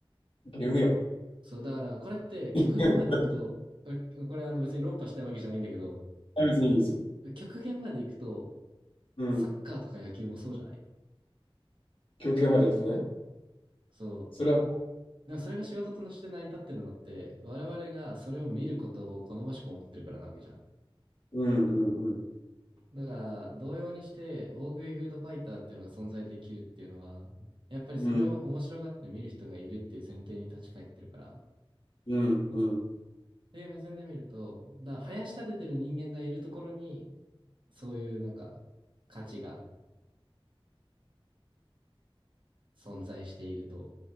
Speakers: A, on the left (about 65°); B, on the right (about 55°).
A: ゲームやん。
B: そう、だから、これって極限まで行くと、
A: <laughs>
B: これこれあの別に論破したいわけじゃないんだけど、
A: 別にいいですよ。
B: 極限まで行くと、
A: うん。
B: サッカーとか野球もそうじゃない
A: 休憩まで来てね。
B: そう。
A: それは、
B: でもそれが仕事として成り立ってるのって、我々がそれを見ることを好ましく思ってるからなわけじゃん。
A: うんうんうん。
B: だから、同様にして、大食いフードファイターっていうのが存在できるっていうのは、やっぱりそれを面白がって見る人がいるっていう前提に立ち返ってるから。
A: うん
B: っ
A: うんうん。
B: ていう目線で見ると、だ、林立ててる人間がいるところに、そういうなんか、価値が存在していると、